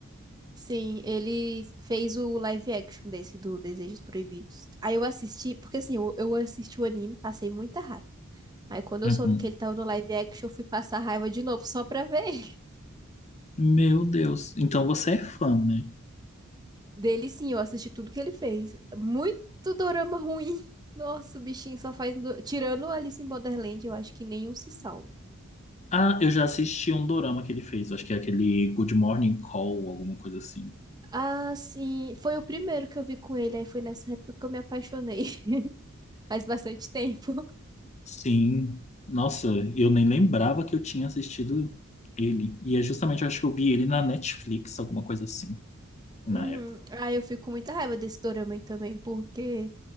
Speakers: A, on the right (about 20°); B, on the left (about 35°).
A: Sim, ele fez o live action desse do Desejos Proibidos. Aí eu assisti, porque assim, eu, eu assisti o anime, passei muita raiva. Aí quando eu
B: Uhum.
A: soube que ele tava no live action, eu fui passar raiva de novo só pra ver ele.
B: Meu Deus. Então você é fã, né?
A: Dele sim, eu assisti tudo que ele fez. Muito dorama ruim. Nossa, o bichinho só faz. do- Tirando Alice em Borderland, eu acho que nenhum se salva.
B: Ah, eu já assisti um dorama que ele fez. Acho que é aquele Good Morning Call, alguma coisa assim.
A: Ah, sim. Foi o primeiro que eu vi com ele. Aí foi nessa época que eu me apaixonei. <laughs> Faz bastante tempo.
B: Sim, nossa, eu nem lembrava que eu tinha assistido ele. E é justamente, eu acho que eu vi ele na Netflix, alguma coisa assim, na
A: Uhum.
B: época.
A: Aí eu fico com muita raiva desse dorama aí também, porque